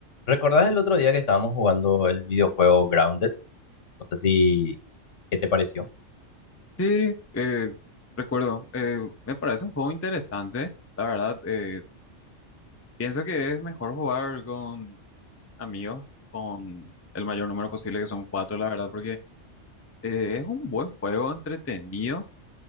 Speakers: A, on the left; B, on the left.
A: ¿Recordás el otro día que estábamos jugando el videojuego Grounded? No sé si, ¿qué te pareció?
B: Sí, eh, recuerdo, eh, me parece un juego interesante, la verdad, eh, pienso que es mejor jugar con amigos, con el mayor número posible, que son cuatro, la verdad, porque eh, es un buen juego, entretenido,